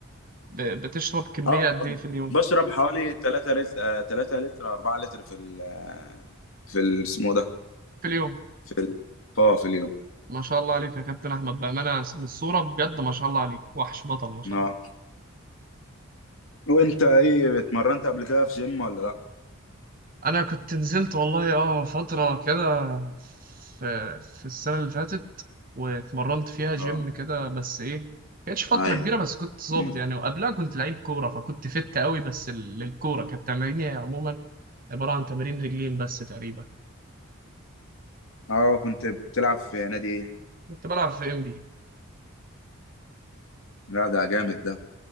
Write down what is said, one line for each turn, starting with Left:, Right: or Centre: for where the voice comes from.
Right: ب- بتشرب كميه
Left: اه
Right: قد ايه في اليوم
Left: بشرب حوالي 3 لتر 3 لتر 4 لتر في ال في ال- اسمه ده
Right: في اليوم
Left: في ال... اه في اليوم
Right: ما شاء الله عليك يا كابتن احمد بامانه من الصوره بجد ما شاء الله عليك وحش بطل ما شاء
Left: اه
Right: الله
Left: وانت ايه اتمرنت قبل كده في جيم ولا لا
Right: انا كنت نزلت والله اه فتره كده في في السنه اللي فاتت واتمرنت فيها جيم
Left: اه
Right: كده بس ايه كانتش فتره
Left: ايوه
Right: كبيره بس كنت ظابط
Left: مم.
Right: يعني وقبلها كنت لعيب كوره فكنت فت قوي بس ال- للكوره كانت تماريني عموما عباره عن تمارين رجلين بس تقريبا
Left: اه كنت بتلعب في نادي ايه
Right: كنت بلعب في ام
Left: لا ده جامد ده